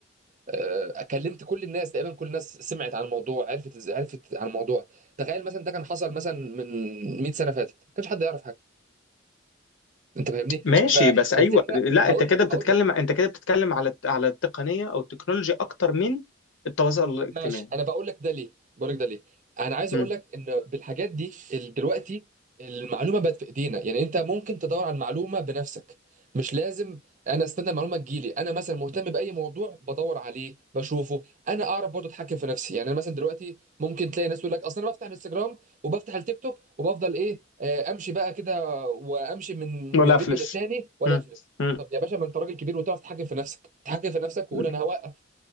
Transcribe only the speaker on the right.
آه، كلمت كل الناس تقريبا كل الناس سمعت عن الموضوع عرفت إز- عرفت عن الموضوع تخيل مثلا ده كان حصل مثلا من 100 سنه فاتت ما كانش حد يعرف حاجه انت فاهمني
فالفكره
هقول
لك
هقول لك
ماشي انا بقول لك ده ليه بقول لك ده ليه انا عايز
اقول لك ان بالحاجات دي ال- دلوقتي المعلومه بقت في ايدينا يعني انت ممكن تدور على المعلومه بنفسك مش لازم انا استنى المعلومه تجيلي انا مثلا مهتم باي موضوع بدور عليه بشوفه انا اعرف برضه اتحكم في نفسي يعني انا مثلا دلوقتي ممكن تلاقي ناس تقول لك اصلا انا بفتح الانستجرام وبفتح التيك توك وبفضل ايه آه، امشي بقى كده وامشي من
من
فيديو للتاني ولا
افلف
طب يا باشا ما انت راجل كبير وتعرف تتحكم في نفسك تتحكم في نفسك
وقول انا هوقف